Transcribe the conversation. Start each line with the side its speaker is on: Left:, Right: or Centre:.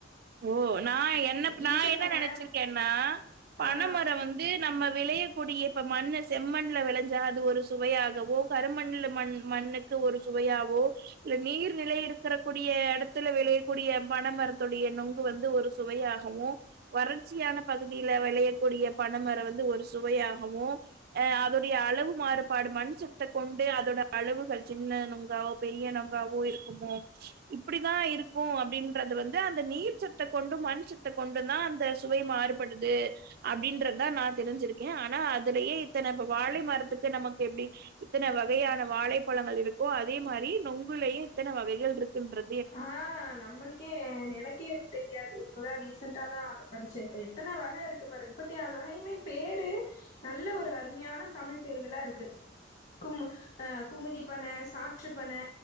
Right: ஓ நா என்ன
Left: ஈச்சம்பன
Right: நான் என்ன நனைச்சிருக்கேன்னா பனமரம்
Left: ஆ
Right: வந் து நம்ம வெளையக்கூடிய இப்ப மண்ணு செம்மண்ல வெளஞ்சா அது ஒரு சுவையாகவோ கருமண்ல மண் மண்ணுக் கு ஒரு சுவையாகவோ இல்ல நீர் நிலை இருக்கக்க கூடிய எடத்துல வெளயக்கூடிய பணமரத்தொடு டைய நொங்கு வந்து ஒரு சுவையாகவும் வறட்சியான பகுதியில வெளையக்கூடிய பனமரம் வந்து ஒரு சுவையாகவும் அஹ அதோடைய அளவு மாறுபாடு மண் சத்த கொண்டு அதோட அளவுகள் ஜின்ன நொங்கா பெரிய நுங்காவோ இருக்குமோ இப்படிதான் இருக்கும் அப்படின்றது வந் து அந்த நீர் சத்து கொண்டு மண் சத்த கொண்டும் தான் அந்த சுவை மாறுபடுது அப்படின்றதுதான் நான் தெரிஞ்சிருக்கேன் ஆனா அதுலயே இத்தன இப்ப வாழை மரத்துக்கு நமக்கு எப்டி இத்தன வகையான வாழைப்பழங்கள் இருக்கோ அதே மாரி நொங்குலயும் இத்தன வகைகள் இருக்குன்ற
Left: ஆ நம்மளு கே நெனக்கே தெரியாது இப்போதா ரீசன்டா தா அத படிச்சேன் இப்ப எத்தன வக இருக்கு பாருங்க முப்பத்தி நாலு வகையுமே பேரு நல்ல ஒரு அருமையான தமிழ் பேர்களா இருக்கு குமு அ குமுதி பன சாற்று பனை